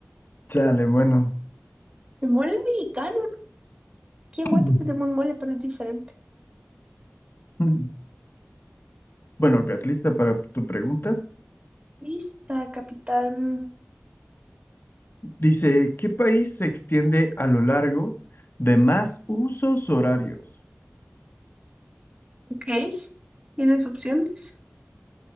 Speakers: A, on the left (about 55°); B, on the right (about 25°).
A: Chale, bueno.
B: De mole mexicano. Aquí en
A: <clears throat>
B: Guate tenemos mole, pero es diferente.
A: <laughs> Bueno, Kat, lista para tu pregunta.
B: Lista, capitán.
A: Dice, ¿qué país se extiende a lo largo de más usos horarios?
B: Ok. ¿Tienes opciones?